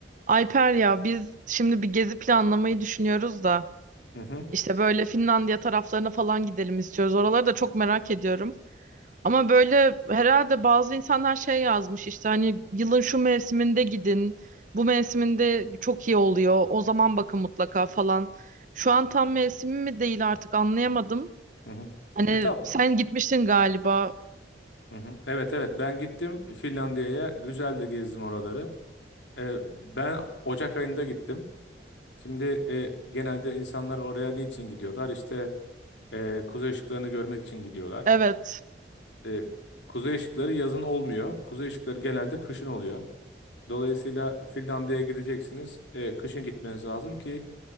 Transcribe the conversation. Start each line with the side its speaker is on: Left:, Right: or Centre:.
Right: Alper ya biz şimdi bir gezi planlamayı düşünüyoruz da
Left: Hı hı,
Right: işte böyle Finlandiya taraflarına falan gidelim istiyoruz. Oraları da çok merak ediyorum. Ama böyle herhalde bazı insanlar şey yazmış işte hani yılın şu mevsiminde gidin. Bu mevsiminde çok iyi oluyor. O zaman bakın mutlaka falan. Şu an tam mevsimi mi değil artık anlayamadım.
Left: hı hı.
Right: Hani
Left: E tab
Right: sen gitmiştin galiba.
Left: hı hı. Evet evet ben gittim Finlandiya'ya güzel de gezdim oraları. E, ben Ocak ayında gittim. Şimdi e, genelde insanlar oraya niçin gidiyorlar? İşte e, kuzey ışıklarını görmek için gidiyorlar.
Right: Evet.
Left: E, kuzey ışıkları yazın olmuyor. Kuzey ışıkları genelde kışın oluyor. Dolayısıyla Finlandiya'ya gideceksiniz. E, kışın gitmeniz lazım ki